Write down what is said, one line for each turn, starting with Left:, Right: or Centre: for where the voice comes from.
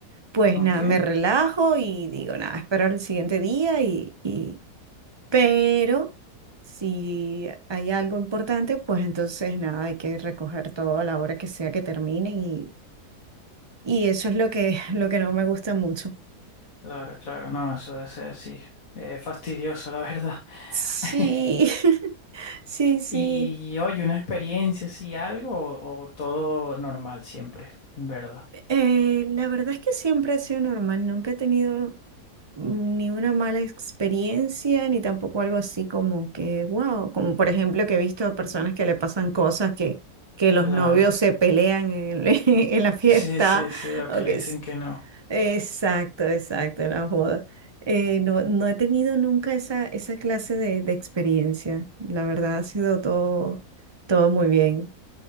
Right: pues
Left: Ok,
Right: nada, me relajo y digo, nada, espero el siguiente día y, y... Pero si hay algo importante, pues entonces nada, hay que recoger todo a la hora que sea que terminen Y eso es lo que, <laughs> lo que no me gusta mucho.
Left: claro, claro. No, eso debe ser, sí, eh, fastidioso, la verdad.
Right: Sí,
Left: <laughs>
Right: <laughs> sí, sí.
Left: Y oye, una experiencia así, algo o, o todo normal siempre, ¿verdad?
Right: Eh, la verdad es que siempre ha sido normal, nunca he tenido ni una mala experiencia, ni tampoco algo así como que, wow, como por ejemplo que he visto a personas que le pasan cosas que, que los
Left: Claro.
Right: novios se pelean en, <laughs> en la fiesta,
Left: Sí, sí, sí, o
Right: o
Left: que le
Right: que
Left: dicen
Right: s-
Left: que no.
Right: Exacto, exacto, en la boda. Eh, no, no he tenido nunca esa, esa clase de, de experiencia. La verdad ha sido todo, todo muy bien.